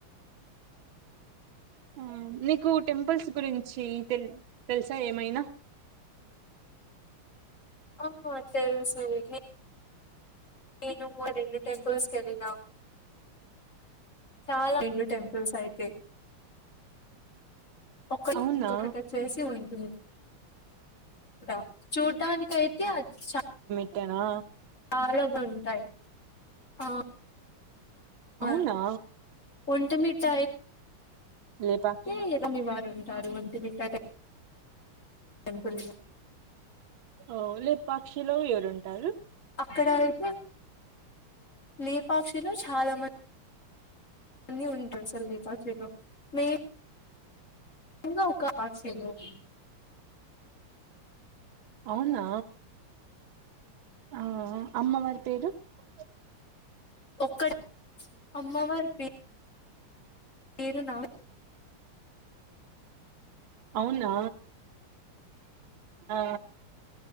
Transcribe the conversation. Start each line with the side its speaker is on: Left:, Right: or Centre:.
Right: ఆ నీకు టెంపుల్స్ గురించి తెలి తెలుసా ఏమైనా
Left: అహా తెలుసు ఇది నేను కూడా రెండు టెంపుల్స్ కి ఏళ్ళినా చాలా ఇండు టెంపుల్స్ అయితే ఒక
Right: అవునా
Left: ఇంకొకటి చేసి ఉంటున్ డా చూ చట్టానికైతే అచ్చ
Right: ఇట్టేనా
Left: చాలా బాంటాయి ఆ ఆ
Right: అవునా
Left: ఒంటి మిఠాయి
Right: లేపాక్షి
Left: హే రనివరు ఉంటారు ఒంటి మిఠాయి టెంపుల్
Right: ఓ లేపాక్షిలో ఎవరు ఉంటారు
Left: అక్కడ అయితే లేపాక్షిలో చాలా మన్ అన్ని ఉ <unintelligible> ఇంగా ఒక <unintelligible>
Right: అవునా ఆ అమ్మవారి పేరు ఉ
Left: ఒక్కడు అమ్మవారి పే పేరు నా
Right: అవునా ఆ